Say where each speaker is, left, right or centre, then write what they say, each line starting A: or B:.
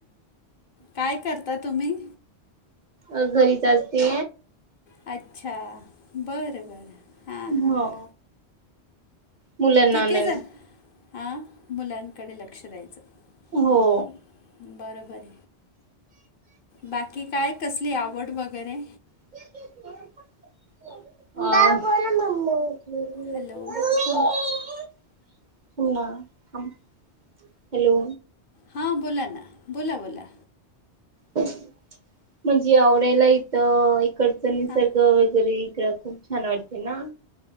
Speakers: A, on the left; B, on the right.
A: काय करता तुम्ही?
B: अ घरीच असते.
A: अच्छा बरं बरं. हां
B: हो
A: हां हां
B: मुलांना
A: तिथेच
B: आणायला
A: आहे हां मुलांकडे लक्ष द्यायचं.
B: हो
A: म बरों बर. बाकी काय कसली आवड वगैरे.
B: अ <unintelligible>
A: हॅलो
B: ना हम हॅलो.
A: हां बोला ना बोला बोला.
B: म्हणजे आवडायला इथं इकडच निसर्ग
A: हां
B: वगैरे इकड खू छान वाटते ना.